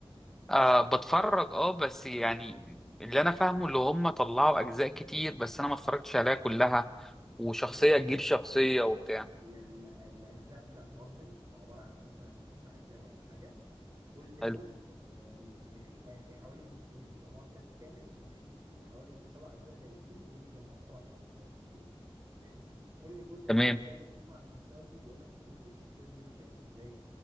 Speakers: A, in the centre; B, on the right.
A: أه بتفرج اه بس يعني اللي انا فاهمه اللي هم طلعوا اجزاء كتير بس انا ما اتفرجتش عليها كلها وشخصية
B: بص
A: تجيب شخصية وبتاع
B: هي ال- الاجزاء بتاعت مارفل هم عباره عن مثلا تسع اجزاء ولا حاجه كل
A: حلو
B: جزء آه، م- في آه، في حوالي جزئين بيجمعوا الفريق كامل وفي حوالي سبع اجزاء باقيين دول بيجمعوا السبع شخصيات الاساسيه فاهمني كل جزء
A: تمام
B: من الاجزاء اللي بتجمع الشخصيات دي بيقول لك الجزء الشخصيه دي نشأت ازاي